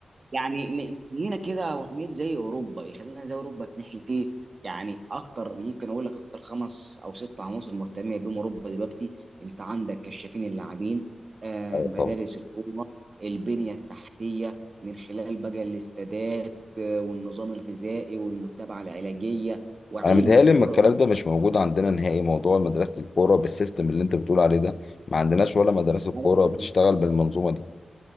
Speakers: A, on the right; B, on the left.
A: يعني ن- نخلينا كده يا ابو حميد زي اوروبا يخلينا زي اوروبا في ناحيه ايه يعني اكتر ممكن اقول لك اكتر خمس او ست عناصر مهتمه بيهم اوروبا دلوقتي انت عندك كشافين اللاعبين آه،
B: آه،
A: مدارس
B: طب
A: الكوره البنيه التحتيه من خلال بقى الاستادات آه، والنظام الغذائي والمتابعه العلاجيه وعلم
B: انا متهيألي
A: الكوره
B: ان الكلام ده مش موجود عندنا نهائي موضوع مدرسة الكورة بالسيستم اللي انت بتقول عليه ده ما عندناش ولا مدرسة
A: نفسه
B: كورة بتشتغل بالمنظومة دي